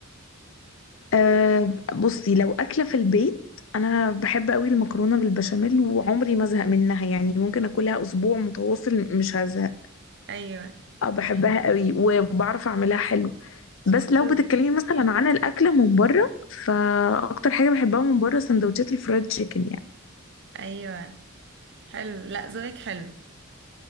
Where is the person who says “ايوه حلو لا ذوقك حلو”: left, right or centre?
Right